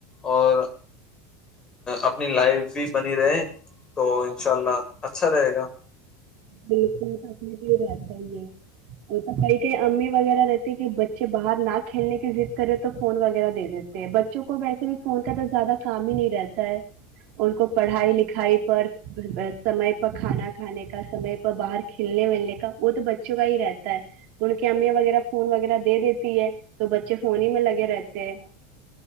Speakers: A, on the left; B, on the right.
A: اور اپنی لائف بھی بنی رہے تو ان شاء اللہ اچھا رہے گا
B: بکلنے تو ہی رہتا ہی ہے وہ تو کئی کئی امی وغیرہ رہتی ہے کہ بچے باہر نہ کھیلنے کی ضد کرے تو فون وغیرہ دے دیتے ہیں بچوں کو ویسے بھی فون کا تو زیادہ کام ہی نہیں رہتا ہے ان کو پڑھائی لکھائی پر سمے پر کھانا کھانے کا سمے پر باہر کھلنے ولنے کا وہ تو بچوں کا ہی رہتا ہے ان کی امیا وغیرہ فون وغیرہ دے دیتی ہے تو بچے فون ہی میں لگے رہتے ہیں